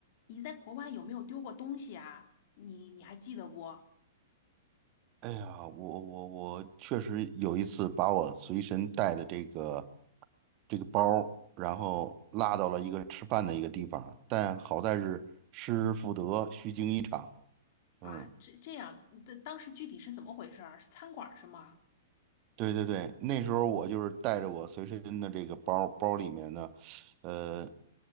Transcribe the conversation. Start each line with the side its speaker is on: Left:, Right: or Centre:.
Left: 你在国外有没有丢过东西啊？你你还记得不？
Right: 哎呀，我我我确实有一次把我随身带的这个这个包儿然后落到了一个吃饭的一个地方，但好在是失而复得，虚惊一场。
Left: 啊，
Right: 嗯，
Left: 这这样，的当时具体是怎么回事儿？是餐馆儿是吗？
Right: 对对对，那时候我就是带着我随身的这个包儿包里面呢，呃，